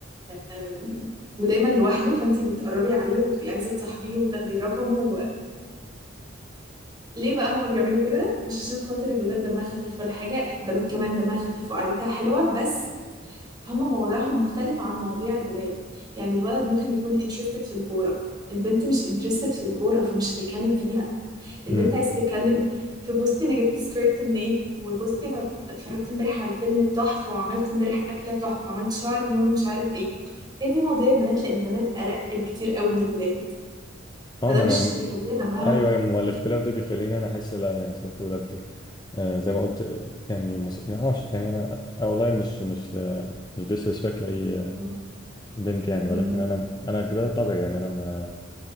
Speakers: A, on the right; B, on the left.
A: أم، ودايما لوحده فانتي بتقربي عليه وتبقي عايزه تصاحبيه وتاخدي رقمه ليه بقى هما بيعملوا كده مش عشان خاطر الولاد دمها خفيف ولا حاجة البنات كمان دمها خفيف وقعدتها حلوة بس هما مواضيعهم مختلفة عن مواضيع الولاد يعني الولد ممكن يكون interested في الكورة البنت مش interested في الكورة فمش هتتكلم فيها البنت
B: امم
A: عايز تتكلم في بوستي أنا جبت سكيرت منين وبوستي أنا اتفرجت امبارح على فيلم تحفة وعملت امبارح أكلة تحفة عملت شعري لونه مش عارف ايه هي دي مواضيع البنات لأن البنات أرق بكتير قوي من الولاد
B: اه
A: فده
B: ما
A: مش
B: انا
A: يخليها دمها
B: ايوه ايوه ما هو الاختلاف ده بيخليني انا احس لا يعني صداقه ولاد آه زي ما قلت آه، يعني مس... يعني معرفش يعني انا آه والله مش مش آه مش ديسريسبكت لاي آه،
A: م-
B: بنت يعني
A: م-
B: ولكن انا انا كده طبيعي يعني انا ما